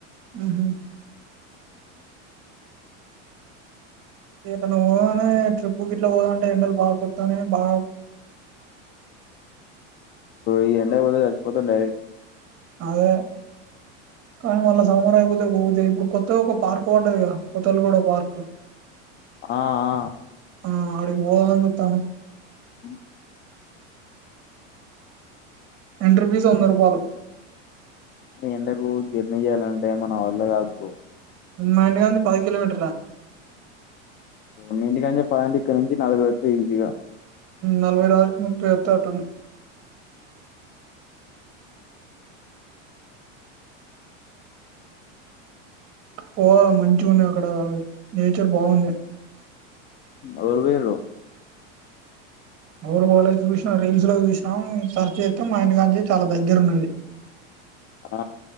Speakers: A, on the right; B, on the left.
A: ఉహ ఇలా ను్వు పోదనే ట్రిప్పు ఇట్లా పోదాంటే ఎండలు బాగా కుడతాని బాగా
B: ఈ ఎండ పో కలిచ్చిపోతేండ
A: అదే అ సౌము పోతే పోతే ఇప్పుడు కొత్తగా ఒక పార్క్ పడ్డది కొత్తలు కూడా పార్క్
B: ఆ ఆ
A: ఆ ఆడికి పోవాలని చూత్తన్నాం
B: ఉ
A: ఎంట్రీ ఫీజు వంద రూపాయలు
B: ఎండకు జర్నీ చేయ్యాలంటే మన వాళ్ళ కాదు బ్రో
A: మా ఇంటి కానుంది పది కిలోమీటర్ లా
B: మీ ఇంటి కాంచి పదంటే ఇక్కడి నుంచి నలభై పడతాది ఇదిగా
A: నలభై రాదు ముప్పై వత్తది అటున్న పోవాల మంచిగా ఉంది అక్కడ నేచర్ బాగుంది
B: అవి వేరు
A: ఎవరు పోలే చూసినా రీల్స్ లో చూసినా సర్చ్ చెత్తే మా ఇంటి కాంచి చాలా దగ్గర ఉన్నది
B: ఆ